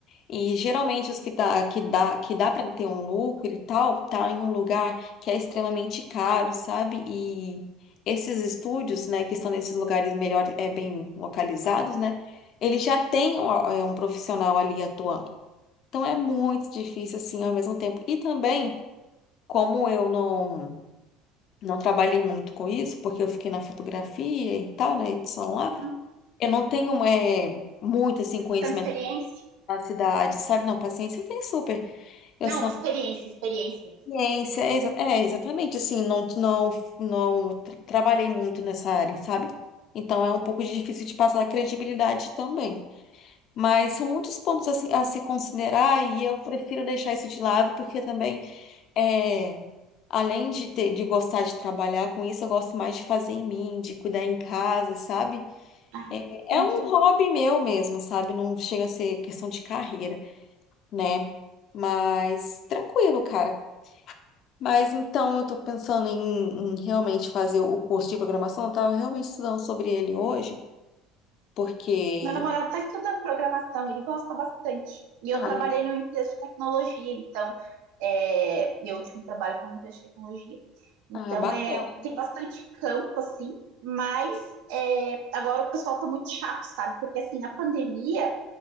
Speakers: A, on the left; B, on the right.
A: E geralmente os que dá, que dá, que dá para ter um lucro e tal, tá em um lugar que é extremamente caro, sabe? E esses estúdios, né, que estão nesses lugares melhor, é, bem localizados, né? Ele já tem ó, é, um profissional ali atuando. Então é muito difícil assim ao mesmo tempo. E também, como eu não não trabalhei muito com isso, porque eu fiquei na fotografia e tal, na edição lá,
B: Uhum.
A: eu não tenho é, muito assim conhecimento
B: Ficando experiência?
A: da cidade, sabe? Não, paciência eu tenho super. Eu
B: Não,
A: sou
B: experiência, experiência.
A: ciência, é, exa- é, exatamente assim, não não não tra- trabalhei muito nessa área, sabe? Então é um pouco difícil de passar a credibilidade também. Mas são muitos pontos a se, a se considerar e eu prefiro deixar isso de lado porque também É, além de ter, de gostar de trabalhar com isso, eu gosto mais de fazer em mim, de cuidar em casa, sabe?
B: Ah,
A: É,
B: entendi.
A: é um hobby meu mesmo, sabe? Não chega a ser questão de carreira, né? Mas tranquilo, cara. Mas então eu tô pensando em, em realmente fazer o curso de programação. Eu tava realmente estudando sobre ele hoje, porque.
B: Meu namorado está estudando programação, ele gosta bastante. E eu
A: Ah,
B: trabalhei numa empresa de tecnologia, então é, meu último trabalho foi numa empresa de tecnologia. Então
A: ah, bacana.
B: é, tem bastante campo, assim, mas é, agora o pessoal está muito chato, sabe? Porque assim, na pandemia